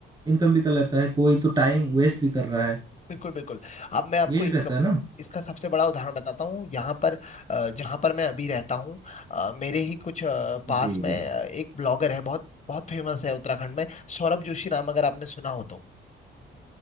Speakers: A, on the right (about 20°); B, on the left (about 35°).
A: इनकम भी कर लेता है कोई तो टाइम वेस्ट भी कर रहा है
B: बिल्कुल बिल्कुल अब मैं आपको
A: ये भी
B: इनकम
A: रहता है ना
B: इसका सबसे बड़ा उदाहरण बताता हूँ यहाँ पर अ, जहाँ पर मैं अभी रहता हूँ अ, मेरे ही कुछ अ, पास
A: जी
B: में
A: जी
B: अ, एक ब्लॉगर है बहुत बहुत फेमस है उत्तराखंड में सौरभ जोशी नाम अगर आपने सुना हो तो